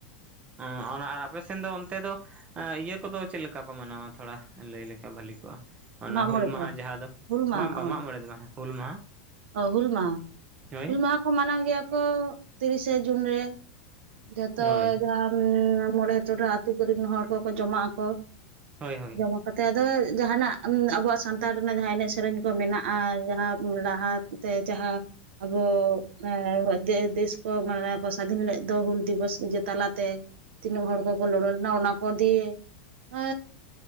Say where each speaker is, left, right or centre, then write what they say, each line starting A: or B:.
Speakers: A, on the right (about 20°); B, on the right (about 75°).
A: ᱚᱸ ᱚᱱᱟ ᱟᱨ ᱟᱯᱮᱥᱱ ᱫᱚ ᱚᱱᱛᱮ ᱫᱚ? ᱤᱭᱟᱹ ᱠᱚᱫᱚ ᱪᱮᱫ ᱞᱮᱠᱟ ᱠᱚ ᱢᱟᱱᱟᱣᱟ ᱛᱷᱚᱲᱟ ᱞᱟᱹᱭ ᱞᱮᱠᱷᱟᱱ ᱵᱷᱟᱞᱤ ᱠᱚᱜᱼᱟ, ᱚᱱᱟ
B: ᱢᱟᱜ
A: ᱦᱩᱞ
B: ᱢᱚᱬᱮ
A: ᱢᱟᱦᱟ
B: ᱠᱚ
A: ᱡᱟᱦᱟᱸ ᱫᱚ
B: ᱦᱩᱞ ᱢᱟᱦᱟ
A: ᱵᱟᱝ ᱵᱟᱝ
B: ᱚ
A: ᱢᱟᱜ ᱢᱚᱬᱮ ᱫᱚ ᱵᱟᱝ ᱦᱩᱞ ᱢᱟᱦᱟ᱾
B: ᱚ ᱦᱩᱞ ᱢᱟᱦᱟ
A: ᱦᱳᱭ
B: ᱦᱩᱞ ᱢᱟᱦᱟ ᱠᱚ ᱢᱟᱱᱟᱣ ᱜᱮᱭᱟ ᱠᱚ ᱛᱤᱨᱤᱥᱮ ᱡᱩᱱ ᱨᱮ, ᱡᱚᱛᱚ
A: ᱦᱳᱭ
B: ᱡᱟᱦᱟᱸ ᱨᱮ ᱢᱚᱬᱮ ᱴᱚᱴᱷᱟ ᱟᱹᱛᱩᱳ ᱠᱚᱨᱮᱱ ᱦᱚᱲ ᱠᱚᱠᱚ ᱡᱚᱢᱟᱜ ᱟᱠᱚ,
A: ᱦᱳᱭ ᱦᱳᱭ
B: ᱡᱚᱢᱟ ᱠᱟᱛᱮ ᱟᱫᱚ ᱡᱟᱦᱟᱱᱟᱜ ᱟᱵᱚᱣᱟᱜ ᱥᱟᱱᱛᱟᱲ ᱨᱮᱱᱟᱜ ᱡᱟᱦᱟᱸ ᱮᱱᱮᱡ ᱥᱮᱨᱮᱧ ᱠᱚ ᱢᱮᱱᱟᱜᱼᱟ ᱡᱟᱦᱟᱸ ᱞᱟᱦᱟ ᱮᱱ ᱛᱮ ᱡᱟᱦᱟᱸ ᱟᱵᱚ ᱮᱸ ᱫᱮᱥ ᱠᱚ ᱢᱟᱱᱮ ᱠᱚ ᱥᱟᱹᱫᱷᱤᱱ ᱞᱮᱫ ᱫᱚ ᱦᱩᱞ ᱫᱤᱵᱚᱥ ᱛᱟᱞᱟᱛᱮ, ᱛᱤᱱᱟᱹᱜ ᱦᱚᱲ ᱠᱚᱠᱚ ᱞᱚᱲᱚ ᱞᱮᱱᱟ ᱚᱱᱟ ᱠᱚ ᱫᱤᱭᱮ, ᱮᱻ